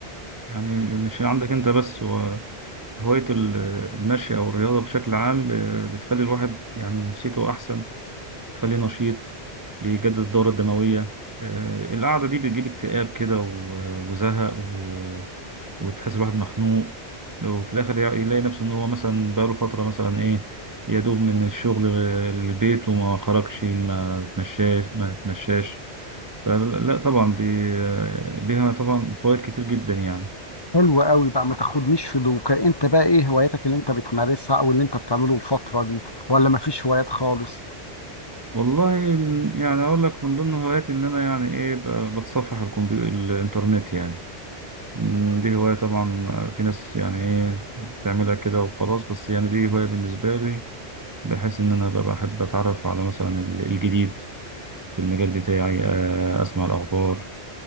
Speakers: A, on the right; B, on the left.
A: يعني مش عندك انت بس هو هواية ال- المشي او الرياضة بشكل عام ب- بتخلي الواحد يعني نفسيته احسن تخليه نشيط بيجدد الدورة الدموية آه، القعدة دي بتجيب اكتئاب كده و- وزهق و- وتحس الواحد مخنوق وفي الآخر يع- يلاقي نفسه إن هو مثلا بقاله فترة مثلا إيه يدوب من الشغل للبيت وما خرجش ما تمشاش ما تمشاش فلا طبعا دي آه، ليها طبعا فوائد كتير جدا يعني
B: حلو قوي بقى ما تاخدنيش في دوكا انت بقى ايه هواياتك اللي انت بتمارسها او اللي انت بتعمله الفترة دي ولا ما فيش هوايات خالص
A: والله من يعني اقول لك من ضمن هواياتي ان انا يعني ايه ب- بتصفح الكمبيوتر الانترنت يعني مم، دي هواية طبعا آه، في ناس يعني ايه بتعملها كده وخلاص بس يعني دي هواية بالنسبة لي بحيث ان انا ببقى احب اتعرف على مثلا ال- الجديد في المجال بتاعي آه، اسمع الاخبار